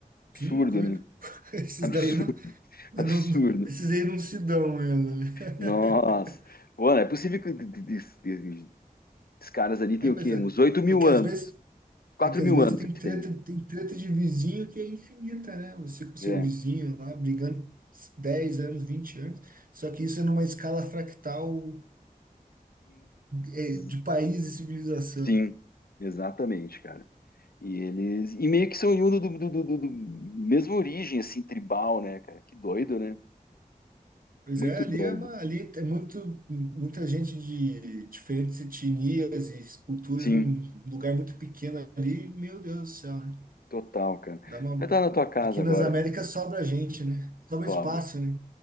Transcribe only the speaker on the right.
Sim,
como
é que <laughs> esses
daí não
Não,
esses aí não se dão mesmo, né? <laughs>
É, mas
é,
é que às
vezes,
é que
às vezes
tem
treta,
tem treta de vizinho que é infinita, né? Você com o seu
vizinho lá brigando 10 anos, 20 anos, só que isso é numa escala fractal é,
de país e civilização.
Pois
é, ali
é uma, ali é muito, muita gente de diferentes etnias e culturas
num lugar muito pequeno ali, meu Deus do céu, né?
Dá uma...
Aqui
nas Américas sobra gente, né? Sobra
espaço, né?